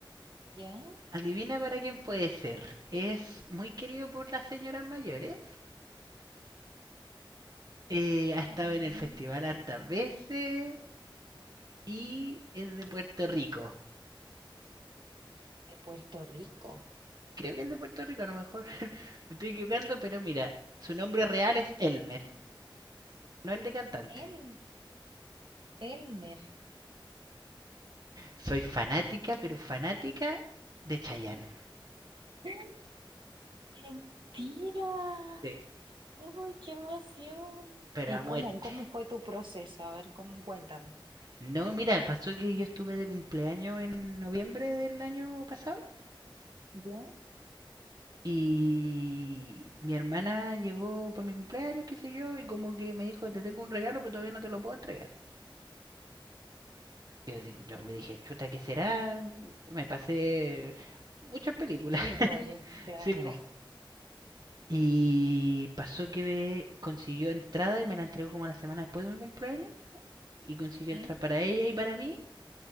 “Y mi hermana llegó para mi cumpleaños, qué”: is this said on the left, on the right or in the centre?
Right